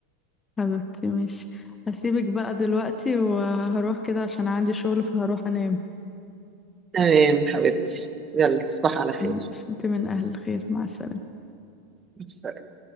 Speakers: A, on the left (about 20°); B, on the right (about 25°).
A: حبيبتي ماشي هسيبك بقى دلوقتي وهروح كده عشان عندي شغل فهروح انام
B: تمام حبيبتي يلا تصبح على خير
A: ماشي، انت من اهل الخير مع السلامه
B: مع السلامة.